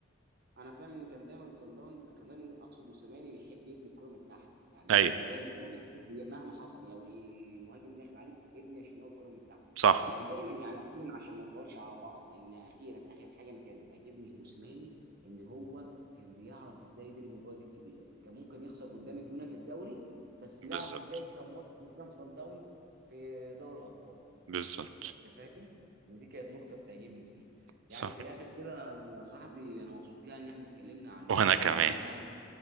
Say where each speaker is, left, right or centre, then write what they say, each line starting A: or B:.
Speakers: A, on the right; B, on the right.
A: انا فاهم ان كان دايما سان داونز كان دايما اقصد موسيماني بيحب يبني الكره من تحت يعني
B: ايوه
A: مهما كان هو بيحب ي- مهما حصل لو المهاجم داخل عليك ابني يا شناوي الكره من تحت
B: صح
A: كان دايما يعني أخيراً عشان ما نطولش على بعض ان اخيرا اخر حاجه انا كانت بتعجبني في موسيماني ان هو كان بيعرف ازاي يدير المباريات الكبيره كان ممكن يخسر قدام الجونه في الدوري بس
B: بالظبط
A: يعرف ازاي يكسب ماتش قدام سان داونز في دوري الابطال
B: بالظبط
A: انت فاهم ودي كانت نقطه بتعجبني فيه
B: صح
A: يعني في الاخر كده يا صاحبي انا مبسوط يعني ان احنا اتكلمنا عن
B: وانا
A: آه،
B: كمان
A: الاهلي